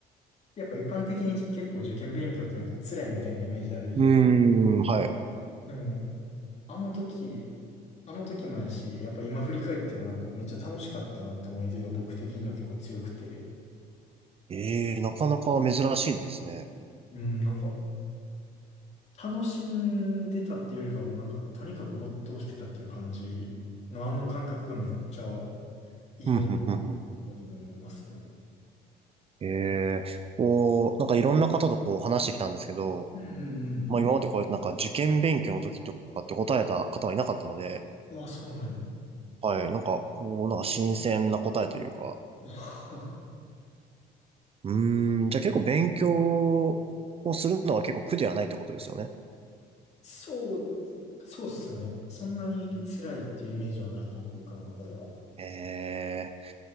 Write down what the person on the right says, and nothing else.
ーん、はい。
ええなかなか珍しいですね。
うんうんうんうん
ええこう、なんかいろんな方とこう話してきたんですけど、
まあ今までこうやってなんか受験勉強の時とかって答えた方はいなかったので、
はい、なんかこう、なんか新鮮な答えというか、
うーん、じゃあ結構勉強をするのは結構苦ではないってことですよね。
うん
ええ、